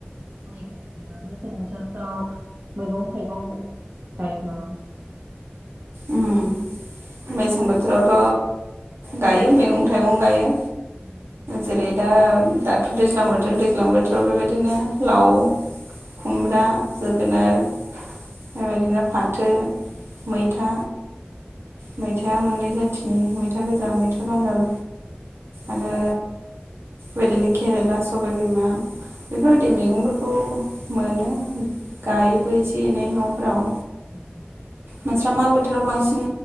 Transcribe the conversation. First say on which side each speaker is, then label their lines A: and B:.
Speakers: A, on the right (about 40°); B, on the right (about 80°).
A: माइ गायो मेसें बोथोरफ्राव मैगं थाइगं गायो नामा <unintelligible>
B: उम मेसें बोथोरावथ' गायो मैगं थाइगं गायो।
A: नामा
B: जेरै दा दाथ' दैज्लां बोथोर दैज्लां बोथोराव बेबायदिनो लाव खुमब्रा जोगोनार बेबायदिनो फाथो मैथ था मैथा मोननै जाथिनि मैथा गोजा मैथ मैथा बांगाल आरो बेदिनो केरेला सबाय बिमा बेफोरबायदि मैगंफोरखौ मोनो गायोबो एसे एनै न'फोराव
A: उम
B: मोनसे दा मा बोथोराव बांसिन